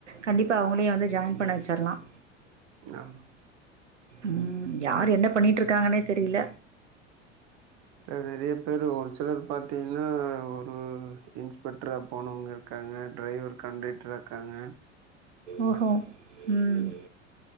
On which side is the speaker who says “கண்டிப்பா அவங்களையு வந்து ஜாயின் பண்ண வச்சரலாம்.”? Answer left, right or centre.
Right